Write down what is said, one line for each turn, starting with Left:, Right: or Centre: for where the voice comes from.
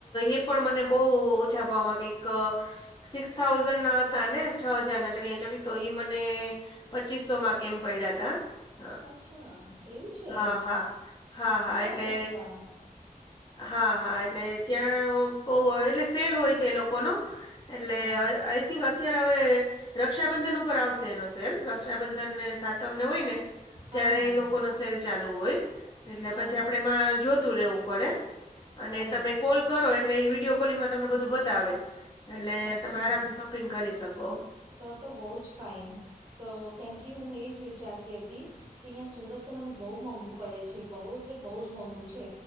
Left: એ પણ મને બહ ઓછા ભાવમાં કઈક સિક્સ થાઉઝન્ડ ના હતા ને છ હજાર ના જ એચુઅલી તો એ મને પચીસો માં કેમ પડ્યા ત હા
Right: અચ્છા એવું છે
Left: હા હા હા હા
Right: આટલા
Left: એટલે
Right: સસ્તા
Left: હા હા એટલે ત્યાં બહ એટલે સેલ હોય છે એ લોકોનો એટલે
Right: હા
Left: આઈ
Right: હા
Left: થિંક અત્યારે હવે રક્ષાબંધન ઉપર આવશે એનો સેલ રક્ષાબંધન ને સાતમને હોય ને
Right: હા
Left: ત્યારે
Right: હા
Left: એ
Right: હા
Left: લોકો ન સેલ ચાલુ હોય એટલે
Right: હા
Left: પછી
Right: હા
Left: આપણેે એમાં જોતું રહેવું પડે અને
Right: હા હા
Left: તમે કોલ કરો એટલે વિડીયો કોલિંગમાં તમને બધું બતાવે એટલે
Right: અચ્છા
Left: તમે આરામથી પિંગ કરી શકો
Right: તો તો બહુ જ ફાઇન તો કેમ કે હું એ જ વિચારતી હતી કે અહીંયા સુરત તો મને બહુ મોંઘું પડે છે બહુ એટલે બહુ જ મોંઘું છે